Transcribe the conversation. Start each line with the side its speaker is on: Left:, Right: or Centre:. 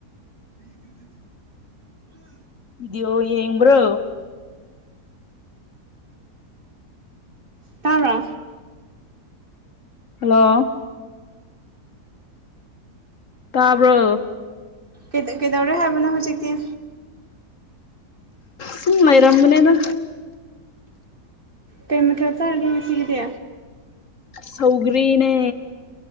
Left: ꯕꯤꯗꯤꯑꯣ ꯌꯦꯡꯕ꯭ꯔꯣ
Right: ꯇꯥꯔꯣ
Left: ꯍꯜꯂꯣ ꯇꯥꯕ꯭ꯔꯣ
Right: ꯀꯩꯗꯧꯔꯦ ꯍꯥꯏꯕꯣ ꯍꯧꯖꯤꯛꯇꯤ
Left: ꯁꯃꯔꯝꯝꯕꯅꯦꯗ
Right: ꯀꯩ ꯃꯊꯦꯜ ꯆꯔꯒꯦ ꯉꯥꯁꯤꯒꯤꯗꯤ
Left: ꯁꯧꯒ꯭ꯔꯤꯅꯦ